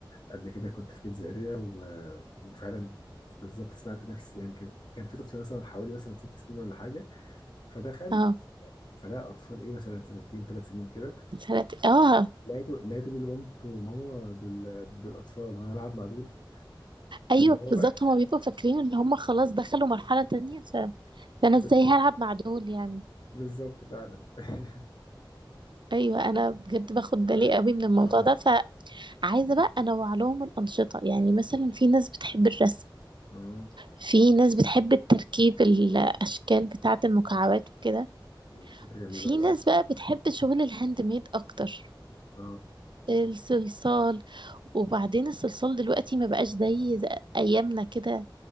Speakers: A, on the left; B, on the right.
A: قبل كده كنت في كيدز اريا و... وفعلا بالظبط سمعت نفسي يعني كان كان في طفل مثلا حوالي مثلا ست سنين ولا حاجه فدخل
B: اه
A: فلقى اطفال ايه مثلا سنتين ثلاث سنين كده
B: سنت... اه
A: لقيته لقيته بيقول لمامته ماما دول دول اطفال وانا العب مع دول فاللي
B: ايوه
A: هو
B: بالظبط هما بيبقوا فاكرين ان هما خلاص دخلوا مرحله تانية ف... فانا
A: بالظبط
B: ازاي هلعب مع دول يعني
A: بالظبط فعلا <laughs>
B: ايوه انا بجد باخد بالي
A: طيب.
B: قوي من الموضوع
A: اه
B: ده فعايزه بقى انوع لهم الانشطه يعني مثلا في ناس بتحب الرسم
A: مم.
B: في ناس بتحب التركيب الاشكال بتاعه المكعبات وكده
A: مم. فكره جميله
B: في
A: والله
B: ناس بقى بتحب شغل الهاند ميد اكتر
A: اه
B: الصلصال وبعدين الصلصال دلوقتي ما بقاش زي زي ايامنا كده